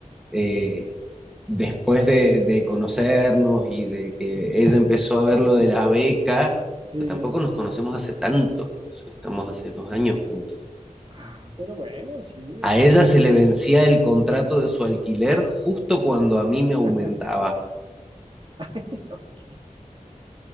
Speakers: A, in the centre; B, on the right.
A: eh, después de, de conocernos y de que ella empezó a ver lo de la beca,
B: sí,
A: pero tampoco nos conocemos hace tanto, o sea, estamos hace dos años juntos.
B: ah, pero bueno, sí, dos
A: A ella
B: años.
A: se le vencía el contrato de su alquiler justo cuando a mí me aumentaba.
B: <laughs> Ay, ok.